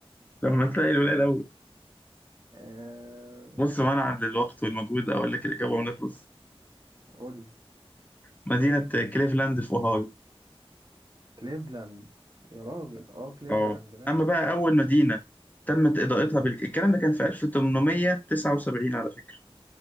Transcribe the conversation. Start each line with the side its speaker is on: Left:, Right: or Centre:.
Left: لما تلاقي الولايه الاول
Right: آه
Left: بص منعا للوقت والمجهود اقول لك الاجابه ونخلص
Right: قول لي
Left: مدينه كليفلاند في اوهايو
Right: كليفلاند يا راجل اه كليفلاند
Left: اه
Right: ماشي
Left: اما بقى اول مدينه تمت اضاءتها بالك... الكلام ده كان في 1879 على فكره